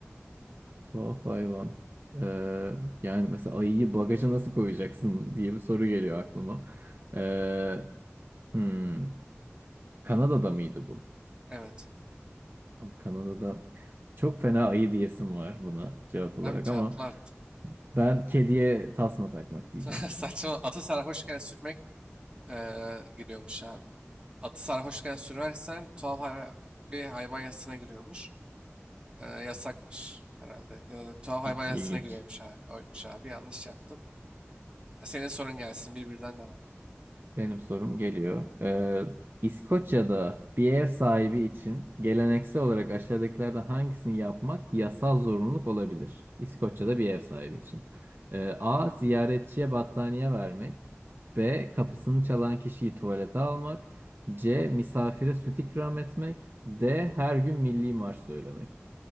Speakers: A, on the right; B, on the right.
A: Oh hayvan. Ee, yani mesela ayıyı bagaja nasıl koyacaksın diye bir soru geliyor aklıma. Ee, hmm, Kanada'da mıydı bu?
B: Evet.
A: Abi Kanada'da çok fena ayı diyesim var buna cevap olarak
B: Abi cevaplar
A: ama
B: artık.
A: ben kediye tasma takmak diyeceğim.
B: <laughs> Saçma. Atı sarhoşken sürmek, eee, giriyormuş abi. Atı sarhoşken sürersen tuhaf hay- bir hayvan yasasına giriyormuş. Eee, yasakmış herhalde. Ya da tuhaf hayvan yasasına
A: İlginç.
B: giriyormuş abi. Oymuş abi. Yanlış yaptın. E, Senin sorun gelsin. Birbirinden devam.
A: Benim sorum geliyor. Ee, İskoçya'da bir ev sahibi için geleneksel olarak aşağıdakilerden hangisini yapmak yasal zorunluluk olabilir? İskoçya'da bir ev sahibi için. Ee, A. Ziyaretçiye battaniye vermek. B. Kapısını çalan kişiyi tuvalete almak. C. Misafire süt ikram etmek. D. Her gün milli marş söylemek.